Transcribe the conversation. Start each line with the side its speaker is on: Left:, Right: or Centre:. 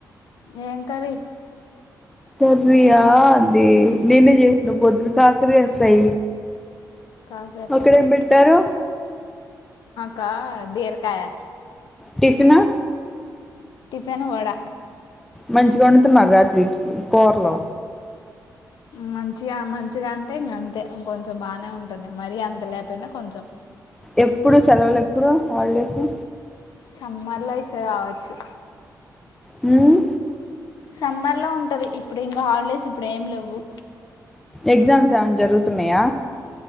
Left: ఏం కర్రీ
Centre: కర్రీయా అది నేనే జేసిన పొద్దున కాకరకాయ్ ఫ్రై
Left: కాకర
Centre: అక్కడేం
Left: ఫ్రైయా
Centre: బెట్టారూ
Left: కా బీరకాయ
Centre: టిఫిను
Left: టిఫెన్ వడ
Centre: మంచిగ వండుతున్నారు రాత్రి కూరలు
Left: మంచిగా మంచిగన్ టే ఇంగంతే కొంచెం బానే వ్ టనే మరి అంత లేపేయినా కొంచెం
Centre: ఎప్పుడు సెలవులు ఎప్పుడు హాలిడేసు
Left: సమ్మర్లో ఈ సారి రావచ్చు
Centre: మ్మ్
Left: సమ్మర్ లో ఉంటది ఇప్పుడు ఇంకా హాలిడేస్ ఇప్పుడు ఏం లెవ్వు
Centre: ఎగ్జామ్స్ ఏమైన జరుగుతున్నయా